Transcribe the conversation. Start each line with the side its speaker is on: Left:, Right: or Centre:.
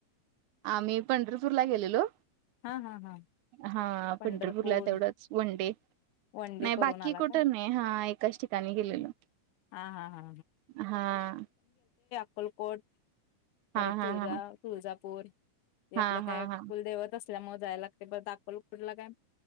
Right: आम्ही पंढरपूरला गेलेलो.
Left: हा हा हा
Right: हा
Left: पंढरपूर
Right: पंढरपूरला तेवढंच वनडे
Left: वन डे
Right: नाही
Left: करून
Right: बाकी
Left: आला
Right: कुठं
Left: काय
Right: नाही हा एकाच ठिकाणी गेलेलो
Left: हा हा हा
Right: हा.
Left: अकोलकोट. परत
Right: हा हा
Left: तुळजा
Right: हा
Left: तुळजापूर हे
Right: हा
Left: आपलं काय
Right: हा हा
Left: कुलदेवत असत. मजाला लागते ब दाखलो. पुरला काय